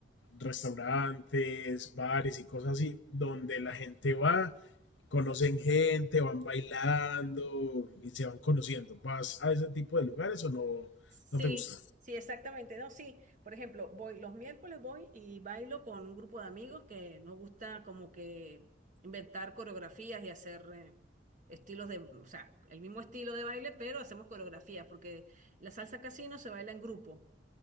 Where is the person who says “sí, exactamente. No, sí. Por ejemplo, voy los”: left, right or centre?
Right